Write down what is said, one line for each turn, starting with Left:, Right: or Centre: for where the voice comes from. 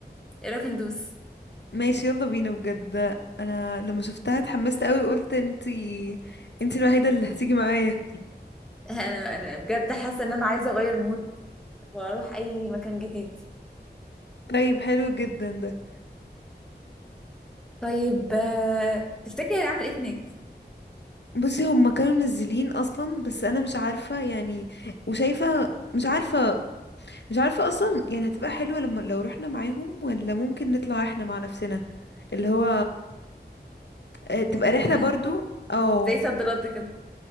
Centre: ايه رايك ندوس
Left: ماشي يلا بينا بجد انا لما شفتها اتحمست قوي قلت انتي انتي الوحيدة اللي هتيجي معايا
Centre: <laughs> انا انا بجد حاسه ان انا عايزه اغير مود واروح اي مكان جديد
Left: طيب حلو جدا ده
Centre: طيب آه تفتكري هنعمل ايه هناك
Left: بصي هما كانوا منزلين اصلا بس انا مش عارفة يعني وشايفة مش عارفة مش عارفة اصلا يعني هتبقى حلوة لما لو رحنا معاهم ولا ممكن نطلع احنا مع نفسنا اللي هو آه، تبقى
Centre: لوحدنا
Left: رحلة برضو او
Centre: زي صد رد كده